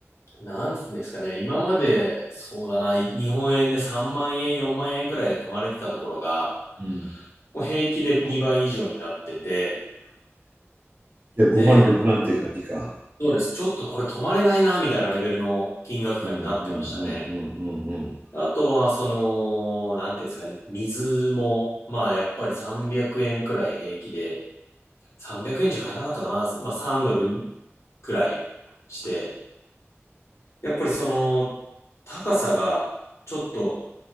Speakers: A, on the left; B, on the right.
A: なんつうんですかね、今まで、そうだな、い日本円で3万円、4万円ぐらいで泊まれてたところが、
B: うん。
A: もう平気で2倍以上になってて、
B: じゃあ5万、
A: で、
B: 6万って感じか。
A: そうです、ちょっとこれ泊まれないな、みたいなレベルの金額感になってましたね。
B: うんうんうんうんうんうん。
A: あとは、その、なんていうんですかね、水も、まあ、やっぱり300円くえんくらい平気で、300円じゃ買えなかったかな、まあ、3ドルくらいして、やっぱりその、高さが、ちょっと、